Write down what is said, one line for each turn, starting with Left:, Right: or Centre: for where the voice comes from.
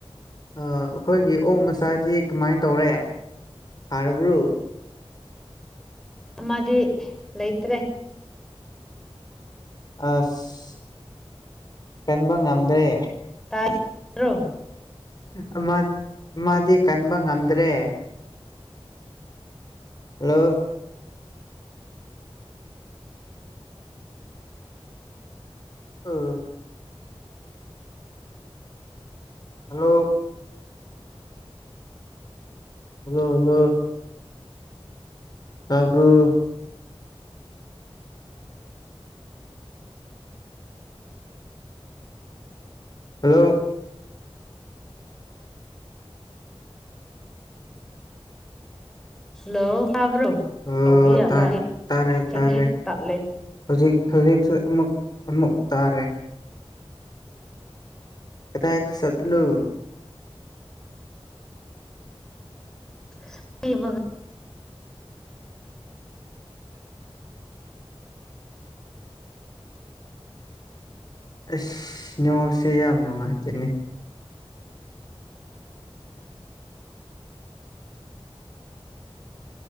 Left: ꯑꯩꯈꯣꯏꯒꯤ ꯑꯣꯛ ꯃꯆꯥꯁꯤ ꯀꯃꯥꯏꯅ ꯇꯧꯔꯦ ꯐꯥꯔꯕ꯭ꯔꯣ
Centre: ꯑꯃꯗꯤ ꯂꯩꯇ꯭ꯔꯦ
Left: ꯑꯁ ꯀꯟꯕ ꯉꯝꯗ꯭ꯔꯦ
Centre: ꯇꯥꯔꯤꯕ꯭ꯔꯣ
Left: ꯑꯃ ꯑꯃꯗꯤ ꯀꯟꯕ ꯉꯝꯗ꯭ꯔꯦ ꯍꯜꯂꫭ ꯑꯣ ꯍꯜꯂꯣ ꯍꯜꯂꫭ ꯍꯜꯂꫭ ꯇꯥꯕ꯭ꯔꫭ ꯍꯜꯂꯣ
Centre: ꯍꯜꯂꯣ ꯇꯥꯕ꯭ꯔꯣ
Left: ꯑꯣ
Centre: ꯀꯥꯎꯕ ꯌꯥꯠꯂ
Left: ꯇꯥꯔꯦ ꯇꯥꯔꯦ
Centre: ꯍꯦꯛ
Left: ꯇꯥꯔꯦ
Centre: ꯍꯦꯛ ꯇꯠꯂꯦ
Left: ꯍꯧꯖꯤꯛ ꯍꯧꯖꯤꯛꯁꯨ ꯑꯃꯨꯛ ꯑꯃꯨꯛ ꯇꯥꯔꯦ ꯀꯗꯥꯏꯗꯥ ꯆꯠꯄꯂꯣ
Centre: <unintelligible> <inaudible>
Left: ꯑꯁ ꯅꯦꯠꯋꯥꯛꯁꯦ ꯌꯥꯝ ꯅꯨꯡꯉꯥꯏꯇꯦꯅꯦ